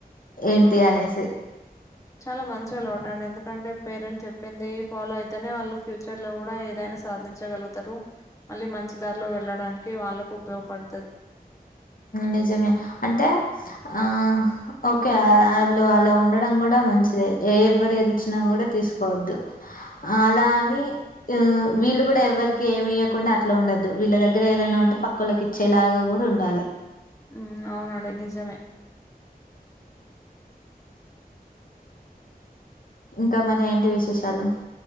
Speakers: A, on the left; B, on the left.
A: ఏంటి
B: ఉమ్,
A: అనేసి
B: చాలా మంచి అలవాట మరి ఎందుకంటే పేరెంట్స్ చెప్పింది ఫాలో అయితేనే వాళ్ళు ఫ్యూచర్ లో కూడా ఏదైనా సాధించగలుగుతారు మళ్ళీ మంచిదారిలో వెళ్ళడానికి వాళ్లకు ఉపయోగపడుతాది
A: నిజమే అంటే ఆ ఓకే వాళ్ళు అలా ఉండడం కూడా కూడా మంచిదే ఎవరు ఏది ఇచ్చినా కూడా తీసుకోవద్దు అలాని వీళ్ళు కూడా ఎవరికి ఏమి ఇయ్యకుండా అట్లా ఉండద్దు వీళ్ళ దగ్గర ఏదన్నా ఉంటే పక్కళ్ళకీ ఇచ్చేలాగా కూడా ఉండాలి
B: మ్మ్ అవునండి నిజమే
A: ఇంకా మరి ఏంటి విశేషాలు